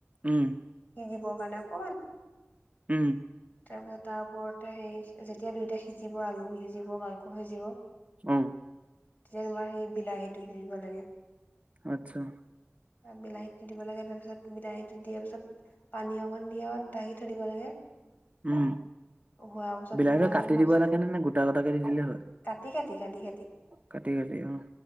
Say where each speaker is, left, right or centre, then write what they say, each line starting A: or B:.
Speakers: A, on the right; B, on the left.
A: উম
B: সিজিব কাৰণে অকমান
A: উম
B: তাৰপিছত তাৰ ওপৰতে সেই যেতিয়া দুইটা সিজিব আলু সিজিব মাংস সিজিব
A: অ
B: তেতিয়া তোমাৰ সেই বিলাহীটো দি দিব লাগে
A: আচ্ছা
B: আৰু বিলাহীটো দি দিব লাগে তাৰপিছত বিলাহীটো দিয়াৰ পিছত পানী অকণ দি আও ঢাকি থৈ দিব লাগে
A: উম
B: হোৱাৰ পিছত
A: বিলাহীটো
B: তোমাৰ
A: কাটি
B: এই মাছ
A: দিব লাগেনে নে গোটা গোটাকে দি দিলে হয়
B: কাটি কাটি কাটি কাটি
A: কাটি কাটি অ